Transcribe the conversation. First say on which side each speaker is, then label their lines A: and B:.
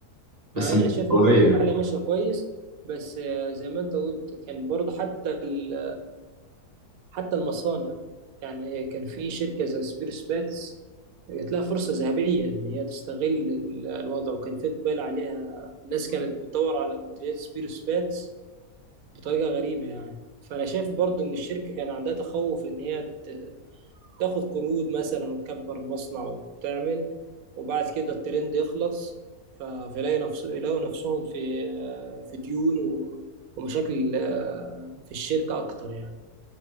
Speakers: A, on the right; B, on the right.
A: بس
B: آه، انا
A: مش
B: شايف
A: طبيعية
B: ان المنتجات
A: يعني
B: المحليه ماشيه كويس بس آه، زي ما انت قلت كان برضو حتى ال حتى المصانع يعني كان في شركة زي سبيرس باتس جات لها فرصة ذهبية إن هي تستغل ال- الوضع وكان في إقبال عليها الناس كانت بتدور على منتجات سبيرس باتس بطريقة غريبة يعني فأنا شايف برضو إن الشركة كان عندها تخوف إن هي ت- تاخد قروض مثلا وتكبر المصنع وتعمل وبعد كده الترند يخلص ف- فيلاقي نفس يلاقوا نفسهم في في ديون و- ومشاكل آه، في الشركة أكتر يعني